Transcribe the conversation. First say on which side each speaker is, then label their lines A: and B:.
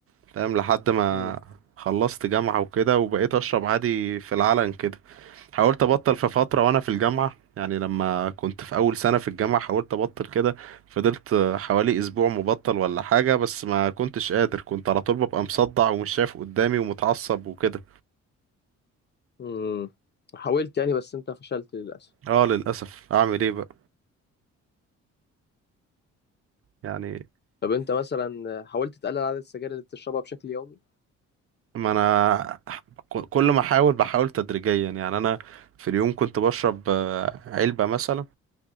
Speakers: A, on the right; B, on the left.
A: فاهم لحد ما
B: امم
A: خلصت جامعة وكده وبقيت اشرب عادي في العلن كده حاولت ابطل في فتره وانا في الجامعه يعني لما كنت في اول سنه في الجامعه حاولت ابطل كده فضلت حوالي اسبوع مبطل ولا حاجه بس ما كنتش قادر كنت على طول ببقى مصدع ومش شايف قدامي ومتعصب وكده
B: امم حاولت يعني بس انت فشلت للأسف
A: اه للاسف اعمل ايه بقى يعني
B: طب انت مثلا حاولت تقلل عدد السجاير اللي بتشربها بشكل يومي
A: ما انا ك- كل ما احاول بحاول تدريجيا يعني انا في اليوم كنت بشرب آه، علبه مثلا